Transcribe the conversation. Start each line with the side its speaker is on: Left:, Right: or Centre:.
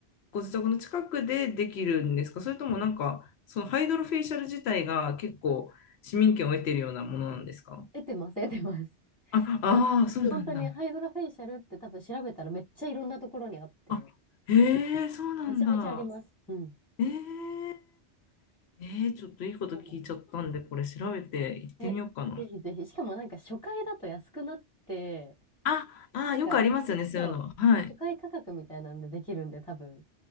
Left: ご自宅の近くでできるんですかそれともなんか、そのハイドロフェイシャル自体が結構市民権を得てるようなものなんですか
Centre: 得てます、得てます。
Left: あ、ああ、
Centre: もう本当にハイドラフェイシャルって多分調べたらめっちゃいろんなところにあって、
Left: そうなんだ。あ、へえ、そうなんだ。
Centre: めちゃめちゃあります。うん。
Left: ええ、ええ、ちょっといいこと聞いちゃったんで、
Centre: そうなの。
Left: これ調べて行ってみようかな。
Centre: え、ぜひぜひ。しかもなんか初回だと安くなって、
Left: あ、あ、
Centre: なんか、
Left: よくありますよね、そういうの。
Centre: そう、
Left: はい。
Centre: 初回価格みたいなんでできるんで多分、